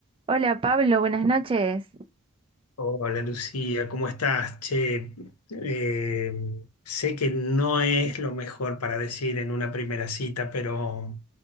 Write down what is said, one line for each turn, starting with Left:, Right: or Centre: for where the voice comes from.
Right: Hola Pablo, buenas noches.
Left: Hola Lucía, ¿cómo estás? Che, eh, sé que no es lo mejor para decir en una primera cita, pero